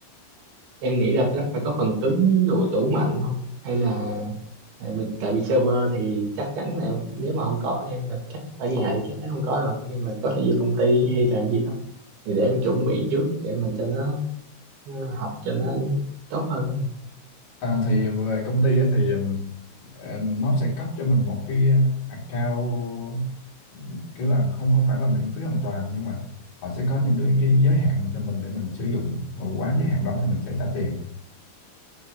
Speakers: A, on the right; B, on the left.
A: em nghĩ là nó phải có phần cứng đủ, đủ mạnh không hay là tại mình tại vì server thì chắc chắn là em- nếu mà không có em là chắc ở nhà thì chắc chắn không có rồi nhưng mà có thể vô công ty hay là gì đó thì để em chuẩn bị trước để mình cho nó, nó học cho nó tốt hơn
B: à, thì về công ty á, thì um, ờ, nó sẽ cấp cho mình một cái account kiểu là không không phải là miễn phí hoàn toàn nhưng mà họ sẽ có những cái cái giới hạn cho mình để mình sử dụng và quá giới hạn đó thì mình sẽ trả tiền